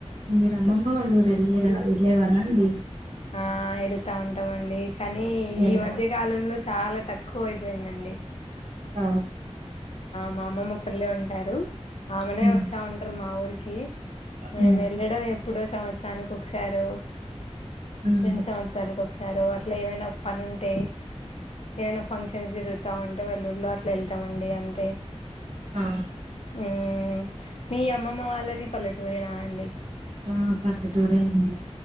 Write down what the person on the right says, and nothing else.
మీరు అమ్మమ్మ వాళ్ళఊరు వెళ్లేరా వెళ్ళేవారా అండి?
ఎలా
అ
ఉమ్
ఉమ్
ఉమ్
ఆ
ఆ పల్లెటూరే అండి.